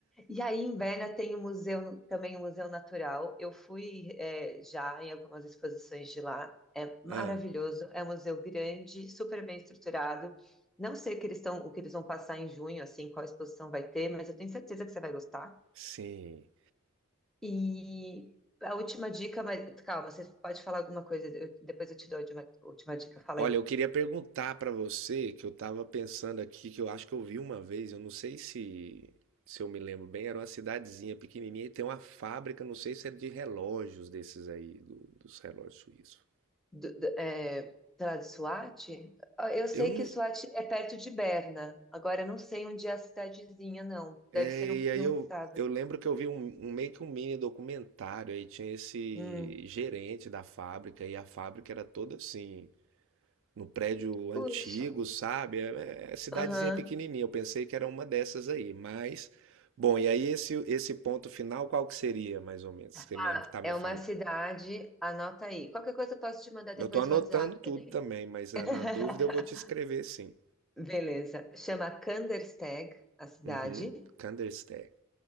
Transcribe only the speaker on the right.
Ah,
sim.
Olha,
eu queria perguntar pra você, que eu estava pensando aqui, que eu acho que eu vi uma vez, eu não sei se, se eu me lembro bem, era uma cidadezinha pequenininha e tem uma fábrica, não sei se é de relógios desses aí, do- dos relógios suíços.
Eu não.
é,
e aí
eu,
eu lembro que eu vi um, um meio que um mini documentário aí, tinha esse
gerente da fábrica e a fábrica era toda assim. no prédio antigo,
sabe? É, é é cidadezinha
pequenininha. Eu pensei que era uma dessas aí, mas bom. E aí esse esse ponto final, qual que seria, mais ou menos, que
me tá me
falando?
Eu
tô anotando
tudo
também, mas
ah, na dúvida eu vou te escrever sim.
Uhum. Kandersteg,